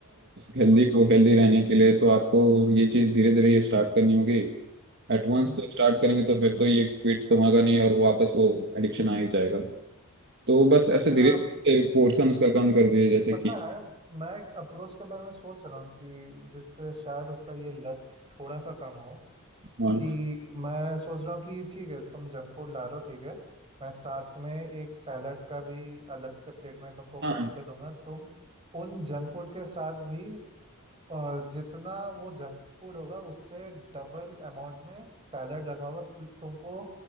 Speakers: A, on the right (about 50°); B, on the right (about 25°).
A: हेल्दी को हेल्दी रहने के लिए तो आपको ये चीज धीरे धीरे ये स्टार्ट करनी होगी एट वंस
B: हम्म,
A: तो स्टार्ट करेंगे तो फिर तो ये क्विट तो होगा नहीं और वापस वो एडिक्शन आ ही जाएगा तो बस ऐसे धीरे
B: हाँ
A: धीरे पोर्शन उसका कम कर दिए जैसे
B: पता
A: कि
B: है मैं एक अप्रोच के बारे में सोच रहा हूँ कि जिससे शायद उसका ये लत थोड़ा सा कम हो
A: हाँ
B: कि मैं सोच रहा हूँ कि ठीक है तुम जंक फूड ला रहे हो ठीक है मैं साथ में एक सैलड का भी अलग से प्लेट में तुमको
A: हाँ
B: काट के दूंगा तुम उन जंक फूड के साथ भी अ, जितना वो जंक फूड होगा उससे डबल अमाउंट में सैलड रखा होगा तु- तुमको